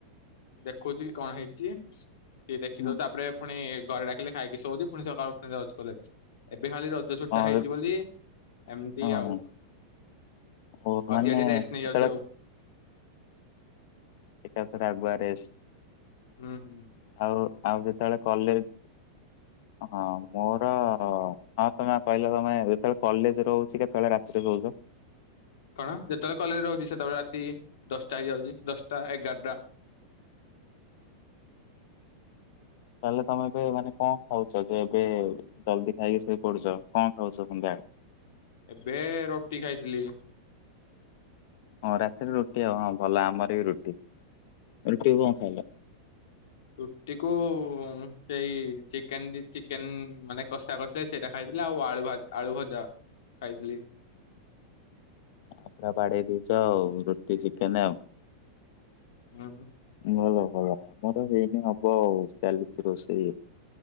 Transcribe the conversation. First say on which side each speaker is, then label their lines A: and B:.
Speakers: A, on the left; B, on the left.
A: ଦେଖଉଛି କଣ ହେଇଛି ଟିକେ ଦେଖିଦେଉଛି
B: ହୁଁ।
A: ତାପରେ ପୁଣି ଘରେ ଡାକିଲେ ଖାଇକି ଶୋଉଛି ପୁଣି ସକାଳୁ ଉଠି ଯାଉଛି କଲେଜ୍ ଏବେ ଖାଲି ର ଜ ଛୁଟି
B: ହଁ
A: ଟା ହେଇଛି ବୋଲି ଏମିତି
B: ହଁ
A: ଆଉ
B: ଓ
A: ଅଧିକା
B: ମାନେ
A: ଟିକେ ରେଷ୍ଟ ନେଇଯାଉଛି
B: ଏଥର
A: ଆଉ।
B: ଏକାଥରେ ଆଗୁଆ ରେଷ୍ଟ
A: ହୁଁ ହୁଁ
B: ଆଉ ଆଉ କେତେବେଳେ କଲେଜ୍
A: ହ
B: ହଁ ମୋର ହଁ ତମେ କହିଲ ତମେ ଯେତେବେଳେ କଲେଜ୍ ରହୁଛି କେତେବେଳେ ରାତିରେ ରହୁଛ
A: କଣ ଯେତେବେଳେ କଲେଜ୍ ରହୁଛି ସେତେବେଳେ ରାତି ଦଶଟା ହେଇଯାଉଛି ଦଶଟା ଏଗାରଟା
B: ତାହେଲେ ତମେ ଏବେ ମାନେ କଣ ଖାଉଛ ଯେ ଏବେ ଜଲ୍ଦି ଖାଇକି ଶୋଇ ପଡୁଛ କଣ ଖାଉଛ ସନ୍ଧ୍ୟାବେଳେ
A: ଏବେ ରୁଟି ଖାଇଥିଲି
B: ହଁ ରାତିରେ ରୁଟି ଆଉ ହଁ ଭଲ ଆମର ବି ରୁଟି ରୁଟିକୁ କଣ ଖାଇଲ
A: ରୁଟି କୁ ସେଇ ଚିକେନ୍ ଚିକେନ୍ ମାନେ କସା କ ସେଇଟା ଖାଇଥିଲି ଆଉ ଆଳୁ ଆଳୁ ଭଜା ଖାଇଥିଲି
B: ପୁରା ବାଡ଼େଇ ଦେଇଛ ଆଉ ରୁଟି ଚିକେନ୍ ଆଉ
A: ହୁଁ ହୁଁ
B: ଭଲ ଭଲ ଆମର ହେଇନି ହବ ଆଉ ଚାଲିଛି ରୋଷେଇ